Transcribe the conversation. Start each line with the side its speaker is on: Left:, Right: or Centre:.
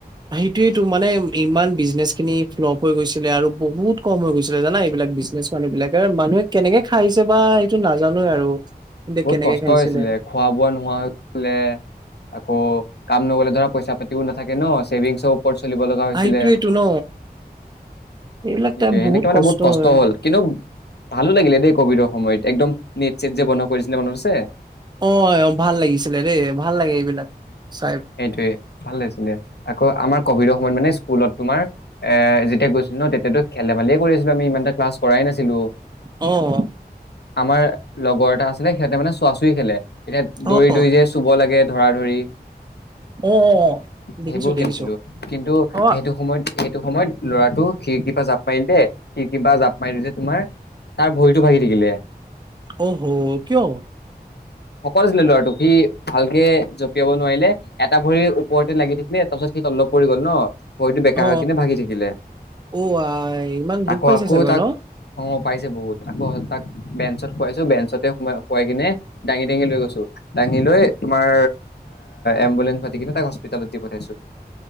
Right: সেইটোয়েটো মানে ইমান বিজনেচ খিনি ফ্লপ হৈ গৈছিলে আৰু বহুত কম হৈ গৈছিলে জানা এইবিলাক। বিজনেচ মানুহ বিলাকে আৰু মানুহে কেনেকে খাইছে বা এইটো নাজানোৱে আৰু। কিন্তু
Left: বহুত
Right: কেনেকে
Left: কষ্ট
Right: খাইছিলে
Left: হৈছিলে খোৱা বোৱা নোহোৱা হৈছিলে। আকৌ কাম নগলে ধৰা পইচা পাতিও নাথাকে ন ছেভিংছও ফৰ চলিব লগা হৈছিলে।
Right: সেইটোয়েতো ন এইবিলাক
Left: সেইটোয়ে
Right: টাইপ
Left: সেনেকে মানে বহুত কষ্ট
Right: হয়
Left: হ'ল কিন্তু ভালো লাগিলে দেই কভিডৰ সময়ত একদম নেট চেট যে বন্ধ কৰিছিলে মনত‌ আছে।
Right: অ অ ভাল লাগিছিলে দেই ভাল লাগে এইবিলাক। চাই
Left: সেইটোৱে ভাল লাগিছিলে আকৌ আমাৰ কভিড মানে স্কুলত তোমাৰ এ যেতিয়া গৈছিলো ন তেতিয়াতো খেল ধেমালিয়েই কৰিছিলো আমি ইমানটা ক্লাছ কৰাই নাছিলো।
Right: অহ
Left: আমাৰ লগৰ এটা আছিলে সিহঁতে মানে চোৱা চৰি খেলে। এতিয়া
Right: অ
Left: দৌৰি
Right: অ
Left: দৌৰি যে চুব লাগে ধৰা ধৰি
Right: অ অ, দেখিছো
Left: সেইবোৰ
Right: দেখিছো
Left: খেলিছিলো কিন্তু
Right: অ
Left: সেইটো সময়ত সেইটো সময়ত ল'ৰাটো খিৰকি পা জাপ মাৰিলে খিৰকি পা জাপ মাৰিল যে তোমাৰ তাৰ ভৰিটো ভাগি থাকিলে।
Right: অ হ কিয়?
Left: শকত আছিলে ল'ৰাটো, সি ভালকে জঁপিয়াব নোৱাৰিলে। এটা ভৰি ওপৰতে লাগি থাকিলে তাৰ পাছত কি তললে পৰি গ'ল ন। ভৰিটো বেকা
Right: অ
Left: হৈ কিনে ভাগি থাকিলে।
Right: অ আই ইমান দুখ
Left: আকৌ
Right: পাইছে
Left: আকৌ
Right: চাগৈ
Left: তাক
Right: ন
Left: পাইছে বহুত আকৌ তাক বেঞ্চত শুৱাইছো, বেঞ্চতে শুৱাই কিনে দাঙি দাঙি লৈ গৈছোঁ। দাঙি লৈ তোমাৰ এম্বুলেন্স মাতি কিনে তাক হস্পিতেলত দি পঠাইছো।